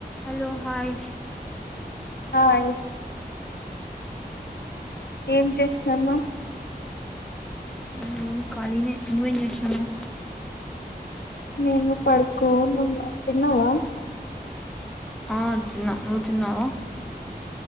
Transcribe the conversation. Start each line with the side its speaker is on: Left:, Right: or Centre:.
Centre: Hello hi
Left: hi ఏమ్ చేసన్నావ్
Centre: మ్మ్ ఖాళినే, నువ్వేం జెస్తున్నవ్?
Left: నేను పడుకోనున్న తిన్నవా?
Centre: ఆ తిన్న, నువ్ తిన్నవా?